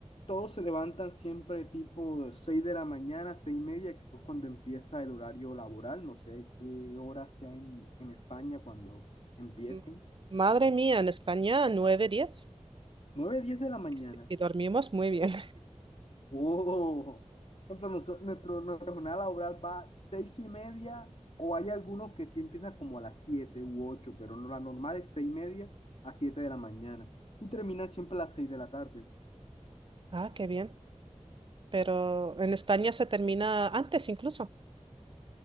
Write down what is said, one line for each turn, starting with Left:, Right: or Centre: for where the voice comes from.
Left: todos se levantan siempre tipo 6 de la mañana, 6 y media, que es cuando empieza el horario laboral, no sé qué hora sea en, en España cuando empiecen,
Right: Mm, Madre mía, en España nueve diez
Left: 9 10 de la mañana.
Right: Sí, sí, sí, dormimos muy bien.
Left: Uh, pero nuestro, nuestro- nuestra jornada laboral va seis y media, o hay algunos que sí empiezan como a las siete u ocho, pero no, la normal es seis y media a siete de la mañana y terminan siempre a las seis de la tarde.
Right: Ah, qué bien. Pero en España se termina antes incluso.